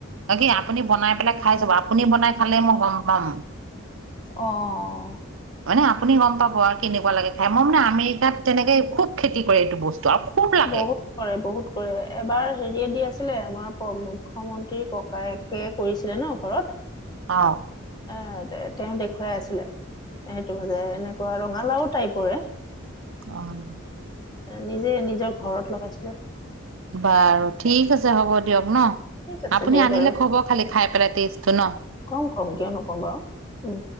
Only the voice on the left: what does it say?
অ'।
বহুত কৰে, বহুত কৰে, এবাৰ হেৰিয়ে দি আছ ছিলে, আমাৰ প্ৰ-মুখ্যমন্ত্ৰীৰ ককায়েকে কৰিছিলে ন ঘৰত।
এ, তে-তেওঁ দেখুৱাই আছিলে, সেইটো যে, এনেকুৱা ৰঙালাও টাইপৰে।
নিজে নিজৰ ঘৰত লগাইছিলে।
ঠিক আছে
দিয়া
বাৰু
কম কম কিয় নকম বাৰু উম